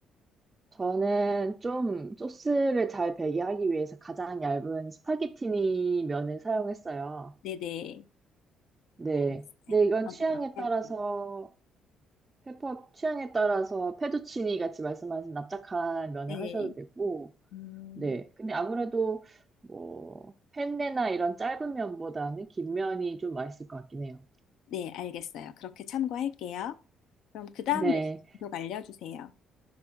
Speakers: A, on the right; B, on the left.
A: 저는 좀 소스를 잘 배게 하기 위해서 가장 얇은 스파게티니 면을 사용했어요.
B: 네네
A: 네.
B: 알겠어요.
A: 근데 이건
B: 저도
A: 취향에
B: 그렇게 할게요.
A: 따라서, 페퍼 취향에 따라서 페투치니 같이 말씀하신 납작한 면을
B: 네,
A: 하셔도 되고,
B: 음,
A: 네. 근데 아무래도 뭐, 펜네나 이런 짧은 면보다는 긴 면이 좀 맛있을 것 같긴 해요.
B: 네 알겠어요. 그렇게 참고할게요. 그럼 그 다음
A: 네.
B: 레시피속 알려주세요.